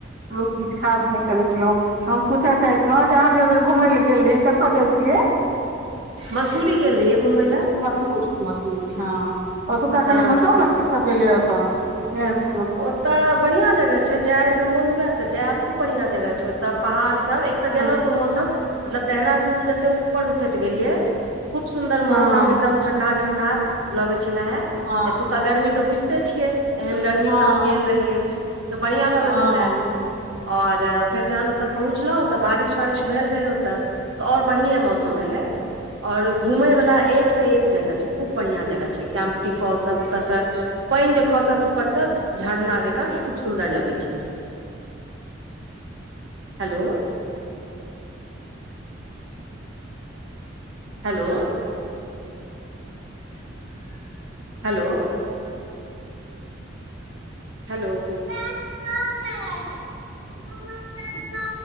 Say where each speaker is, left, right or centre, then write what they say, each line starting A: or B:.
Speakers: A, on the right; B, on the right.
A: हमहुं त किछु खास नहि करै छलहुं हम पूछ चाहै छलहुँ जे अहाँ जे एहिबेर घुमय लए गेल रहियै कतय गेल छलियै
B: मसूरी गेल रहियै घुमय लए
A: मसूरी मसूरी हँ ओतुका
B: हँ
A: कनि बतो ना कि सब भेलै ओतऽ मेन ची म
B: ओतय बढ़ियां जगह छै जाय के मोन हुए तऽ जायब खूब बढ़ियां जगह छै ओ तब पहाड़ सभ एक तऽ
A: हँ
B: गेलहुँ तऽ मौसम मतलब देहरादूनसँ जतेक ऊपर उठैत गेलियै खूब सुन्दर
A: हँ
B: मौसम एकदम ठंडा ठंडा लगे छले हे
A: हँ
B: एतुका गर्मी तऽ बुझिते छियै एहन गर्मी
A: हँ
B: से हम गेल रहियै तऽ बढ़ियां लगै
A: हँ
B: छले और फेर जहन ओतय पहुँचलहु तऽ बारिश वारिश भेल रहै ओत। तऽऔर बढ़िए मौसम रहै। ओर घूमय वला एकसँ एक जगह छैय खूब बढ़िआँ जगह छैय कैम्पटी फॉल सब ओतयसँ पानि जे खसत ऊपरसँ झरना जेका सभ खूब सुन्दर लगै छैय। Hello hello hello hello